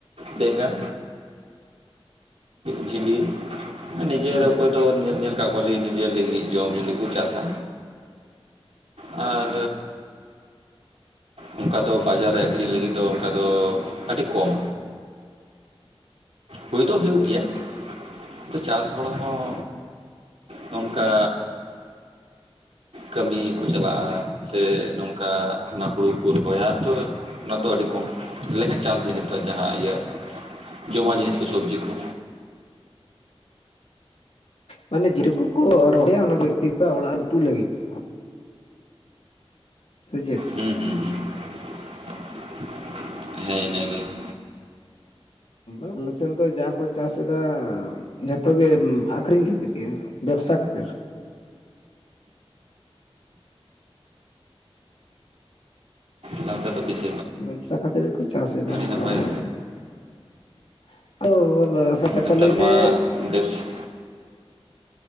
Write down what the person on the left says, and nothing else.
ᱦᱮᱸ
ᱢᱟᱱᱮ ᱡᱤᱨᱟᱹ ᱠᱚ ᱠᱚ ᱨᱚᱦᱚᱭᱟ ᱚᱱᱟ ᱵᱮᱠᱛᱤᱜᱚᱛᱚ ᱚᱲᱟᱜ ᱩᱛᱩ ᱞᱟᱹᱜᱤᱫ ᱾ ᱥᱮᱪᱮᱫ ᱾
ᱟᱞᱮᱥᱮᱱ ᱫᱚ ᱡᱟ ᱠᱚ ᱪᱟᱥ ᱮᱫᱟ ᱡᱷᱚᱛᱚ ᱜᱮ ᱟᱠᱷᱨᱤᱧ ᱠᱷᱟᱹᱛᱤᱨ ᱜᱮ ᱵᱮᱯᱥᱟ ᱠᱷᱟᱹᱛᱤᱨ
ᱵᱮᱯᱥᱟ ᱠᱷᱟᱹᱛᱤᱨ ᱜᱮᱠᱚ ᱪᱟᱥ ᱮᱫᱟ
<unintelligible> ᱠᱟᱛᱷᱟ
ᱞᱟᱹᱭ
ᱛᱮ